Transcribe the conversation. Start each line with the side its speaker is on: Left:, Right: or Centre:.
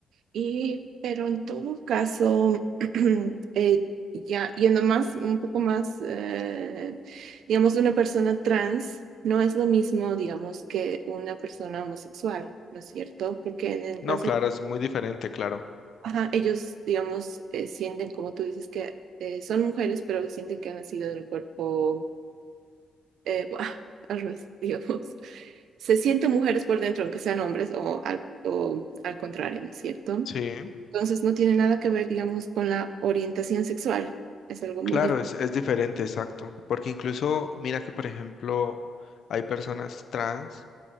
Right: Y, pero en todo caso, <clears throat> eh, ya yendo más, un poco más, eh, digamos, una persona trans no es lo mismo, digamos, que una persona homosexual, ¿no es cierto? Porque en el
Left: No,
Right: caso,
Left: claro, es muy diferente, claro.
Right: ajá, ellos, digamos, eh, sienten, como tú dices, que eh, son mujeres, pero sienten que han nacido del cuerpo, eh, <laughs> al revés, digamos. Se sienten mujeres por dentro, aunque sean hombres, o al, o al contrario, ¿no es cierto?
Left: Sí,
Right: Entonces no tiene nada que ver, digamos, con la orientación sexual. Es algo
Left: claro,
Right: muy diferente.
Left: es, es diferente, exacto. Porque incluso, mira que, por ejemplo, hay personas trans